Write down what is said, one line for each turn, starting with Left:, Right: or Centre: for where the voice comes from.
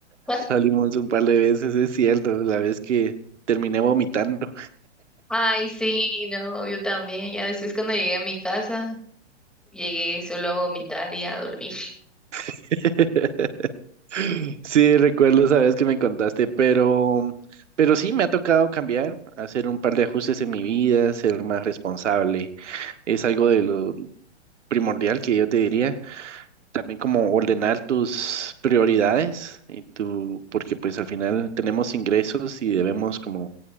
Centre: <laughs>
Right: Salimos un par de veces, es cierto, la vez que terminé vomitando.
Centre: Ay, sí, no, yo también. Ya después cuando llegué a mi casa, llegué solo a vomitar y a dormir.
Right: <laughs> Sí, recuerdo esa vez que me contaste, pero, pero sí me ha tocado cambiar, hacer un par de ajustes en mi vida, ser más responsable. Es algo de lo primordial que yo te diría. También como ordenar tus prioridades y tu, porque pues al final tenemos ingresos y debemos como